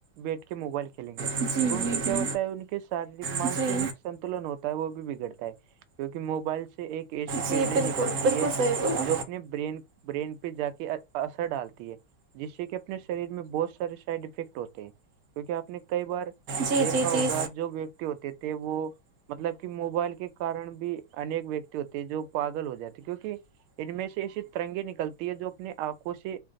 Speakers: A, on the right (about 85°); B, on the right (about 55°).
A: بیٹھ کے موبائل کھیلیں گے
B: جی
A: تو ان
B: جی
A: سے کیا
B: جی
A: ہوتا ہے ان شارییرک مانس
B: جی
A: نک سنتلن ہوتا ہے وہ بھی بگڑتا ہے کیونکہ موبائل سے ایک ایسی
B: جی
A: کرنیں
B: بالکل
A: نکلتی
B: بالکل
A: ہے
B: صحیح بولا
A: جو اپنے ب برین پہ جا کے اثر ڈالتی ہے جس سے کہ اپنے شریر میں بہت سائڈ افیکٹ ہوتے ہیں کیکہ آپ نے کئی بار
B: جی
A: دیکھا
B: جی
A: ہوگا
B: جی
A: جو ہوتے تھے وہ مطلب کہ موبائل کے کن بھی انیک ویکتی ہوتے ہیں جو پاگل ہو جاتے کیونکہ ان میں سے ایسی ترنگیں نکلتی ہے جو اپنی آنکھوں سے